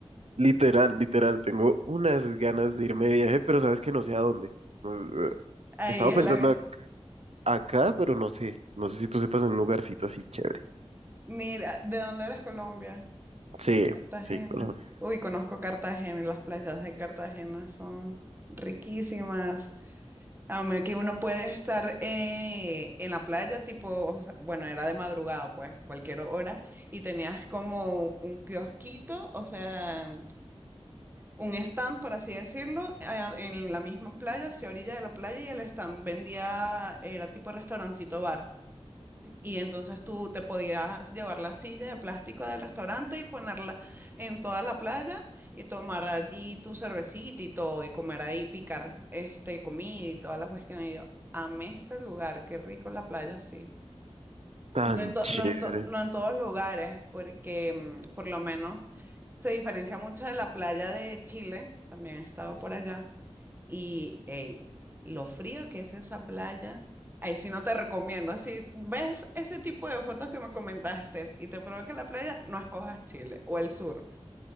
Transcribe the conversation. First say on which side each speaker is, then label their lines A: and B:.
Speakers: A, on the right; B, on the right.
A: literal, literal, tengo unas ganas de irme de viaje, pero sabes que no sé a dónde. Mm, eh,
B: Ahí
A: Estaba
B: es
A: pensando
B: la...
A: ac- acá, pero no sé, no sé si tú sepas en un lugarcito así chévere.
B: Mira, ¿de dónde eres Colombia?
A: Sí,
B: Cartagena.
A: sí, Colombia.
B: Uy, conozco Cartagena y las playas de Cartagena son riquísimas. A mí que uno puede estar eh, en la playa, tipo, o sea, bueno, era de madrugada, pues, cualquier hora, y tenías como un kiosquito, o sea... un stand, por así decirlo, a- en la misma playa, hacia orilla de la playa, y el stand vendía, era tipo restaurancito bar. Y entonces tú te podías llevar la silla de plástico del restaurante y ponerla en toda la playa y tomar allí tu cervecita y todo, y comer ahí, picar este, comida y toda la cuestión. Y yo, amé este lugar, qué rico la playa, sí.
A: Tan
B: No en, to-
A: chévere.
B: no en to- no en todos lugares, porque mm, por lo menos se diferencia mucho de la playa de Chile, también he estado por allá, y ey, lo frío que es esa playa, ahí sí no te recomiendo, si ves ese tipo de fotos que me comentaste y te provoca la playa, no escojas Chile o el sur,